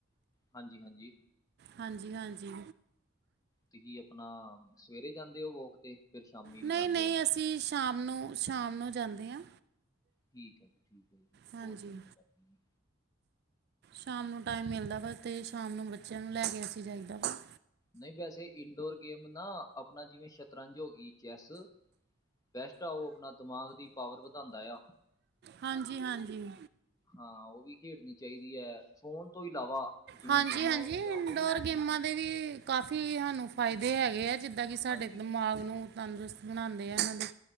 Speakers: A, on the left (about 20°); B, on the right (about 50°).
A: ਹਾਂਜੀ-ਹਾਂਜੀ!
B: ਹਾਂਜੀ-ਹਾਂਜੀ!
A: ਤੁਸੀ ਆਪਨਾ ਸਵੇਰੇ ਜਾਂਦੇ ਹੋ, ਵੋਕ ਤੇ? ਫਿਰ ਸ਼ਾਮੀ ਵੀ
B: ਨਹੀਂ-ਨਹੀਂ
A: ਜਾਂਦੇ ਹੋਣੇ
B: ਅਸੀ ਸ਼ਾਮ ਨੂੰ, ਸ਼ਾਮ ਨੂੰ ਜਾਂਦੇ ਹਾਂ।
A: ਠੀਕ ਹੈ ਜੀ! ਠੀਕ ਹੈ ਜੀ!
B: ਹਾਂਜੀ
A: ਬਹੁਤ ਚੰਗੀ ਗੱਲ ਏ ਜੀ।
B: ਸ਼ਾਮ ਨੂੰ ਟਾਈਮ ਮਿਲਦਾ ਵਾ, ਤੇ ਸ਼ਾਮ ਨੂੰ ਬੱਚਿਆਂ ਨੂੰ ਲੈ ਕੇ ਅਸੀ ਜਾਈਦਾ ਵਾ।
A: ਨਹੀਂ ਵੈਸੇ ਇਨਡੋਰ ਗੇਮ ਨਾ, ਆਪਨਾ ਜਿਵੇਂ ਸ਼ਤਰੰਜ ਹੋ ਗਈ। ਚੈਸ ਬੈਸਟ ਆ ਉਹ ਆਪਨਾ ਦਿਮਾਗ ਦੀ ਪਾਵਰ ਵਧਾਉਂਦਾ ਆ।
B: ਹਾਂਜੀ-ਹਾਂਜੀ!
A: ਹਾਂ ਉਹ ਵੀ ਖੇਡਣੀ ਚਾਹੀਦੀ ਐ। ਫੋਨ ਤੋਂ ਇਲਾਵਾ ਜਿਵੇਂ
B: ਹਾਂਜੀ
A: ਗੇਮਾਂ
B: ਹਾਂਜੀ
A: ਹੁੰਦੀਆਂ
B: ਇਨਡੋਰ
A: ਉਹੀ ਠੀਕ
B: ਗੇਮਾਂ
A: ਨੇ
B: ਦੇ ਵੀ ਕਾਫੀ ਹਾਨੂੰ ਫਾਇਦੇ ਹੈਗੇ ਆ ਜਿੱਦਾਂ ਕਿ ਸਾਡੇ
A: ਹਾਂਜੀ
B: ਦਿਮਾਗ
A: ਹਾਂਜੀ
B: ਨੂੰ ਤੰਦਰੁਸਤ ਬਣਾਉਂਦੇ ਆ' ਇਹਨਾਂ ਦੇ,